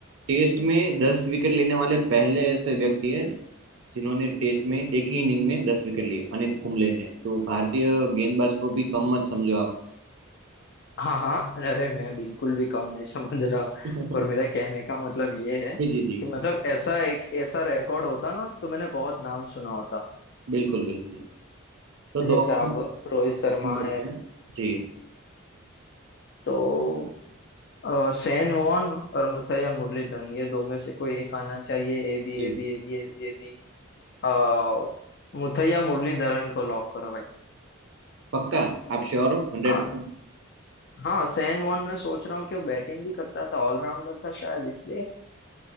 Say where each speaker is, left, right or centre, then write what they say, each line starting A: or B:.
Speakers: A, on the right (about 65°); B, on the left (about 50°).
A: टेस्ट में दस विकेट लेने वाले पहले ऐसे व्यक्ति है जिन्होंने टेस्ट में एक ही इनिंग में दस विकेट लिए अनिल कुंबले ने तो भारतीय गेंदबाज को भी कम मत समझो आप
B: हाँ हाँ अरे मैं बिल्कुल भी कम नहीं समझ रहा
A: <laughs>
B: और मेरा कहने का मतलब ये है
A: जी जी जी
B: कि मतलब ऐसा एक ऐसा रिकॉर्ड होता ना तो मैंने बहुत नाम सुना होता
A: बिल्कुल बिल्कुल तो
B: जैसे
A: दो ऑप्शन
B: अब रोहित शर्मा
A: बचते
B: है
A: हैं जी
B: तो अ, सैन वॉन और मुथैया मुरलीधरन ये दो में से कोई एक आना चाहिए A B
A: जी
B: A B A B A B A B अ, मुथैया मुरलीधरन को लॉक करो भाई
A: पक्का आप श्योर हो हंड्रेड
B: हाँ
A: परसेंट
B: हाँ सैन वॉन मैं सोच रहा हूँ कि वो बैटिंग भी करता था ऑलराउंडर था शायद इसलिए